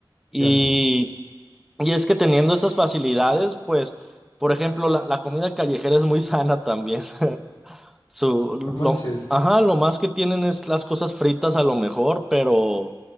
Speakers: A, in the centre; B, on the left.
A: y,
B: Ya.
A: y es que teniendo esas facilidades, pues, por ejemplo, la, la comida callejera es muy sana también. <laughs> Su, lo,
B: No manches.
A: ajá, lo más que tienen es las cosas fritas a lo mejor, pero,